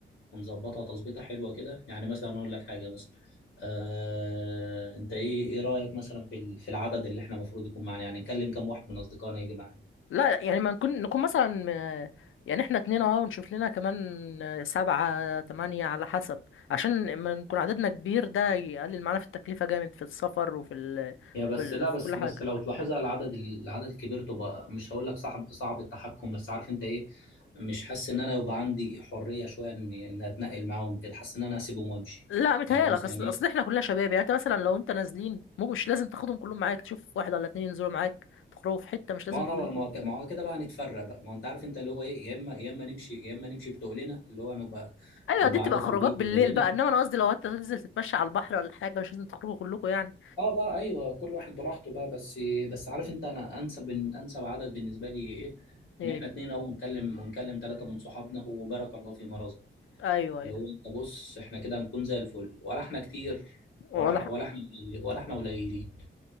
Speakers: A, on the left (about 55°); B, on the left (about 85°).
A: ونظبطها تظبيطه حلوه كده يعني مثلا اقول لك حاجه مثلا آه... انت ايه ايه رايك مثلا في ال... في العدد اللي احنا المفروض يكون معانا يعني نكلم كام واحد من اصدقائنا يجي معانا
B: لا يعني ما نكون نكون مثلا آه، يعني احنا اتنين اهو ونشوف لنا كمان آه، سبعة تمانية على حسب عشان لما نكون عددنا كبير ده يقلل معانا في التكلفة جامد في السفر وفي ال...
A: يا بس
B: في, ال...
A: لا
B: في
A: بس
B: كل حاجة
A: بس لو تلاحظها العدد ال- العدد الكبير تبقى مش هقول لك صعب صعب التحكم بس عارف انت ايه مش حاسس ان انا يبقى عندي حريه شويه ان ان اتنقل معاهم كده حاسس ان انا اسيبهم وامشي
B: لا متهيألك
A: يعني مثلا
B: اصل
A: ايه
B: اصل احنا كلنا شباب يعني انت مثلا لو انت نازلين مو مش لازم تاخدهم كلهم معاك تشوف واحد ولا اتنين ينزلوا معاك تخرجوا في حته مش لازم
A: ما انا
B: كلكم
A: بقى- ما هو ك- ما هو كده بقى نتفرق بقى ما هو انت عارف انت اللي هو ايه يا اما يا اما نمشي يا اما نمشي بتقلنا اللي هو نبقى
B: ايوه
A: نبقى
B: دي بتبقى
A: عدد
B: خروجات
A: كبير
B: بالليل
A: بتقلنا
B: بقى انما انا قصدي لو انت تنزل تتمشى على البحر ولا حاجه مش لازم تخرجوا كلكم يعني
A: اه بقى ايوه كل واحد براحته بقى بس بس عارف انت انا انسب انسب عدد بالنسبه لي ايه
B: ايه
A: ان احنا اتنين اهو ونكلم ونكلم ثلاثه من صحابنا وبارك الله في مرزق
B: ايوه ايوه
A: اللي هو انت بص احنا كده هنكون زي الفل ولا احنا كتير ولا
B: ولا
A: إح-
B: حق.
A: ولا احنا قليل- ولا احنا قليلين